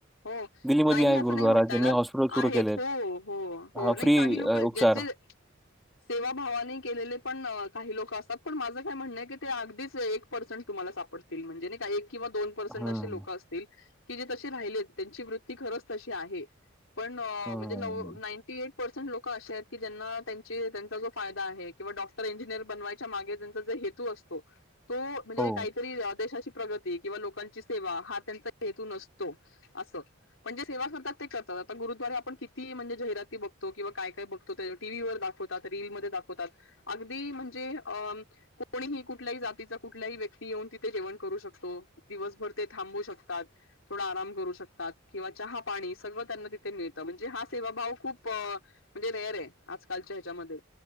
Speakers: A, on the left; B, in the centre.
A: हो
B: दिल्लीमध्ये
A: नाही
B: आहे
A: असं
B: गुरुद्वारा
A: नाही म्हणता
B: ज्यांनी
A: येणार
B: हॉस्पिटल सुरू
A: आहेत
B: केलेत.
A: हो, हो, हो
B: हा
A: नाही
B: फ्री
A: काही लोक
B: अ, उपचार.
A: ज्यांचे <unintelligible> सेवा भावाने केलेले पण काही लोक असतात पण माझं काय म्हणणं आहे की ते अगदीच एक पर्सेंट तुम्हाला साप पडतील म्हणजे का किंवा दोन पर्सेंट
B: हं,
A: असे लोक असतील की जे तसे राहिलेत त्यांची वृत्ती खरंच तशी आहे पण
B: हं.
A: म्हणजे नव नाईंटी एट पर्सेंट लोक असे आहेत की ज्यांना त्यांची त्यांचा जो फायदा आहे किंवा डॉक्टर इंजिनियर बनवायच्या मागे त्यांचा जे हेतू असो हो तो म्हणजे
B: हो,
A: काही ही देशाची प्रगती किंवा लोकांची सेवा हा त्यांचा हेतू नसतो अस पण जे सेवा करतात ते करतात आता गुरुद्वारे आपण किती म्हणजे जाहिराती बघतो किंवा काय काय बघ तो ते टी व्ही वर दाखवतात रीलमध्ये दाखवतात अगदी म्हणजे अ कोणीही कुठल्याही जातीचा कुठल्याही व्यक ती येऊन तिथे जेवण करू शकतो दिवसभर ते थांबू शकतात थोडा आराम करू शकतात किंवा चहा पाणी सगळं त्यांना तिथे मिळतं म्हणजे हा सेवाभाव खूप म्हणजे रेअर आहे आजकालच्या ह्याच्यामध्ये